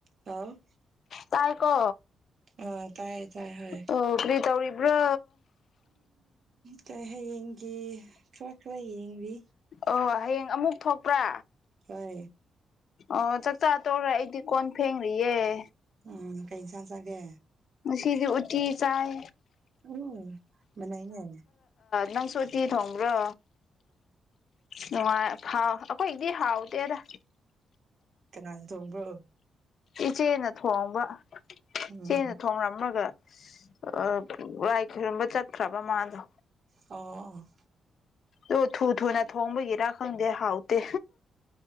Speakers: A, on the right (about 60°); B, on the left (about 65°).
A: ꯑ
B: ꯇꯥꯏꯀꯣ
A: ꯑ ꯇꯥꯏꯌꯦ ꯇꯥꯏ ꯍꯣꯏ
B: ꯑꯣ ꯀꯔꯤ ꯇꯧꯔꯤꯕ꯭ꯔꯣ
A: ꯀ ꯍꯌꯦꯡꯒꯤ ꯈꯔ ꯈꯔ ꯌꯦꯡꯕꯤ
B: ꯑꯣ ꯍꯌꯦꯡ ꯑꯃꯨꯛ ꯊꯣꯛꯄ꯭ꯔꯥ
A: ꯀꯩ
B: ꯑꯣ ꯆꯥꯛꯆꯥ ꯇꯧꯈ꯭ꯔꯦ ꯑꯩꯗꯤ ꯀꯣꯟ ꯐꯦꯡ꯭ꯔꯤꯌꯦꯦ
A: ꯎꯝ ꯀꯩ ꯏꯟꯁꯥꯡ ꯆꯒꯦ
B: ꯁꯤꯗꯤ ꯎꯇꯤ ꯆꯥꯏ
A: ꯎꯝ ꯃꯅꯩꯅꯦ
B: ꯅꯪꯁꯣꯇ ꯊꯥꯎꯝ꯭ꯔꯣ ꯅꯉ ꯍꯥꯎ ꯑꯩꯈꯣꯏꯗꯤ ꯍꯥꯎꯗꯦꯗ
A: ꯀꯅꯥ ꯊꯣꯡꯕꯣ
B: ꯏꯆꯦꯅ ꯊꯣꯡꯕ
A: ꯎꯝ
B: ꯏꯆꯦꯅ ꯊꯣꯡꯂꯝꯃꯒ ꯑ ꯋꯥꯏ ꯈꯔꯝꯕ ꯆꯠꯈ꯭ꯔꯕ ꯃꯥꯗꯣ
A: ꯑꯣ ꯑꯣ
B: ꯑꯣ ꯊꯨ ꯊꯨꯅ ꯊꯣꯡꯕꯒꯤꯔꯥ ꯈꯪꯗꯦ ꯍꯥꯎꯇꯦ